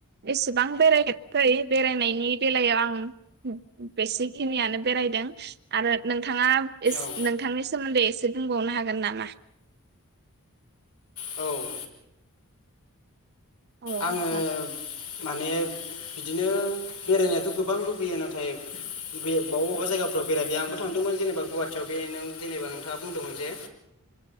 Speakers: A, on the right; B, on the left.
A: एसेबां बेरायाखै बेरायनायनि बेलायाव आं बेसेखिनियानो बेरायदों आरो नोंथाङा एसे
B: औ
A: नोंथांनि सोमोन्दै एसे बुंबावनो हागोन नामा?
B: औ।
A: औ
B: आङो
A: नोंथां
B: माने बिदिनो बेरायनोथ' गोबां लुबैयो नाथाय बे बबा बबावबा जायगाफ्राव बेरायखायो आंबो थांदोंमोन जेनेबा गुवाहाटियाव बे नों जेनेबा नोंथाङा बुंदोंमोन जे